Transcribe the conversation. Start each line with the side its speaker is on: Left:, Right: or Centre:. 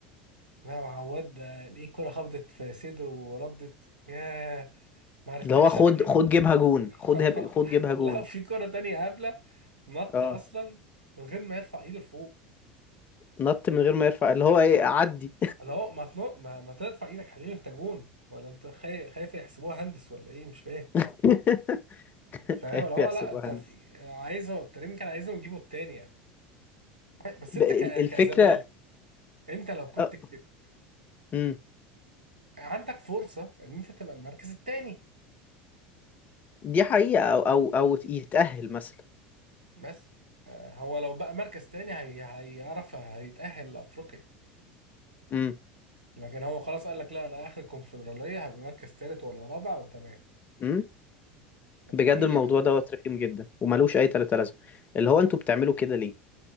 Right: لا وعواد ده ليه كرة خبطت في صدره وردت ياه ما عرفتكش
Left: اللي هو خد
Right: انا كده
Left: خد جيبها جون خد
Right: <laughs>
Left: هب... خد جيبها جون
Right: لا في كرة تانية هبلة نط
Left: اه
Right: اصلا من غير ما يرفع ايده لفوق
Left: نط من غير ما يرفع اللي هو ايه عدي
Right: لا هو ما تنق ما, ما ترفع ايدك حبيبي انت جون ولا انت خايف خايف يحسبوها هندس ولا ايه مش فاهم
Left: <laughs>
Right: فاهم
Left: خايف
Right: اللي هو
Left: يحسب
Right: لا انت
Left: مهندس
Right: في عايزه التريم كان عايزهم يجيبوا التانية بس
Left: ب-
Right: انت
Left: ال-
Right: ك...
Left: الفكره
Right: كزمالك انت لو كنت
Left: آه.
Right: كسبت
Left: مم.
Right: عندك فرصة ان انت تبقى المركز التاني
Left: دي حقيقه او او او يتاهل مثلا
Right: بس آه، هو لو بقى مركز تاني هي هيعرف هيتأهل لأفريقيا
Left: امم
Right: لكن هو خلاص قال لك لا انا اخر الكونفدرالية هبقى مركز تالت ولا رابع وتمام
Left: امم
Right: طب
Left: بجد
Right: ليه
Left: الموضوع
Right: يا عم؟
Left: دوت رخيم جدا وملوش اي تلاته لازمه اللي هو انتوا بتعملوا كده ليه